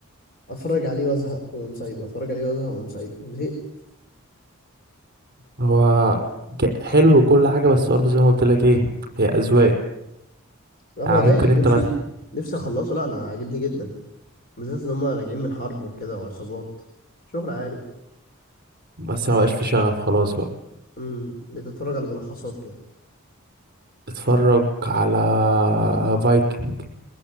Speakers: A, on the left; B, on the right.
A: أتفرج عليه وأزهق وأقوم سايبه أتفرج عليه وأزهق وأقوم سايبه زهقت
B: هو ج- حلو وكل حاجة بس برضه زي ما قلت لك ايه هي اذواق
A: لا هو
B: يعني
A: رايق
B: ممكن
A: نفسي
B: انت ما تح...
A: نفسي أخلصه لأ أنا عاجبني جدا بالذات إن هما راجعين من حرب وكده وعصابات شغل عالي
B: بس ما بقاش في شغف خلاص بقى
A: امم بتتفرج على ملخصات كده
B: اتفرج على فايكنج